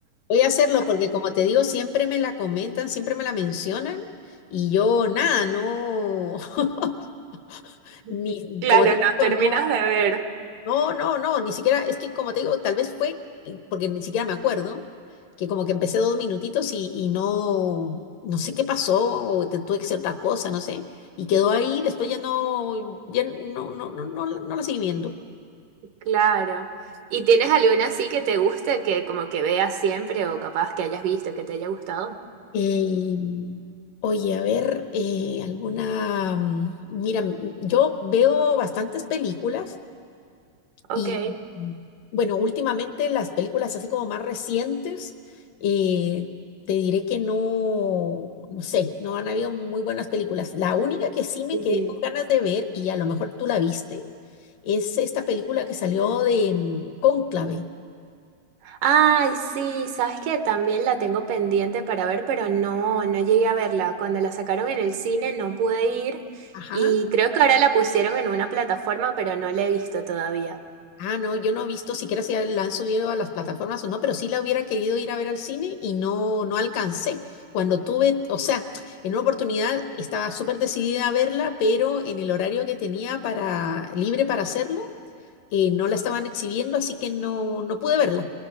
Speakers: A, on the left (about 80°); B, on the right (about 75°).
A: Voy a hacerlo porque, como te digo, siempre me la comentan, siempre me la mencionan y yo nada, no, <laughs>
B: <laughs>
A: ni,
B: Claro,
A: como te
B: no
A: digo,
B: terminas
A: no,
B: de ver.
A: no, no, no, ni siquiera, es que como te digo, tal vez fue, y- porque ni siquiera me acuerdo, que como que empecé dos minutitos y, y no, no sé qué pasó o te- tuve que hacer otra cosa, no sé, y quedó ahí, después ya no, ya no, no, no, no, la- no la seguí viendo.
B: Claro. ¿Y tienes alguna así que te guste, que como que veas siempre o capaz que hayas visto, que te haya gustado?
A: Eh, oye, a ver, eh, alguna... mm, Mira, mm, mm, yo veo bastantes películas
B: Ok.
A: y, mm, bueno, últimamente las películas así como más recientes, eh, te diré que no, no sé, no han habido muy buenas películas. La única que sí me
B: Sí.
A: quedé con ganas de ver, y a lo mejor tú la viste, es esta película que salió de mm, Cónclave.
B: Ay, sí, sabes que también la tengo pendiente para ver, pero no, no llegué a verla. Cuando la sacaron en el cine no pude ir
A: Ajá.
B: y creo que ahora la pusieron en una plataforma, pero no la he visto todavía.
A: Ah, no, yo no he visto siquiera si la han subido a las plataformas o no, pero sí la hubiera querido ir a ver al cine y no, no alcancé. Cuando tuve, o sea, en una oportunidad estaba súper decidida a verla, pero en el horario que tenía para, libre para hacerlo, eh, no la estaban exhibiendo, así que no, no pude verla.